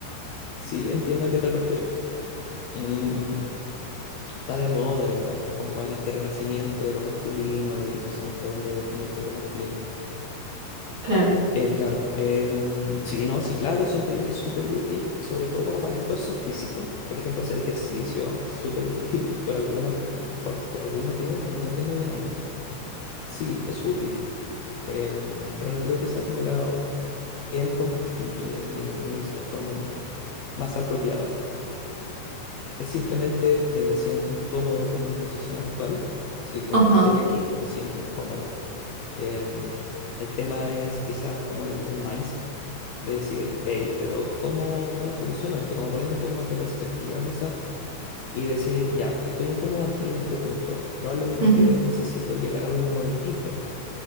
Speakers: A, on the left; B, on the right.
A: sí, entiendo a qué te refieres. Mm, está de moda igual, como con este renacimiento de lo masculino y personas tratando de definir qué es lo masculino.
B: Claro.
A: Eh, claro, em, sí, no, sí, claro, siento yo que es súper útil, sobre todo como para el esfuerzo físico. Por ejemplo, hacer ejercicio es súper útil <laughs> por alguna, f- mm, for- por algún motivo, no lo entiendo bien aún. Sí, es útil, em, pero no creo que sea como la, el combustible ni, ni es la forma m- más apropiada. Es simplemente eh, me siento incómodo con mi posición actual, así como
B: Ajá.
A: estoy aquí, me siento incómodo. Em, el tema es quizás como el, el mindset de decir, hey, pero ¿cómo, cómo soluciono esto? Como ponerle un poco más de perspectiva quizás y decir, ya, estoy incómodo aquí en este punto, probablemente
B: ujú.
A: necesito llegar a uno distinto.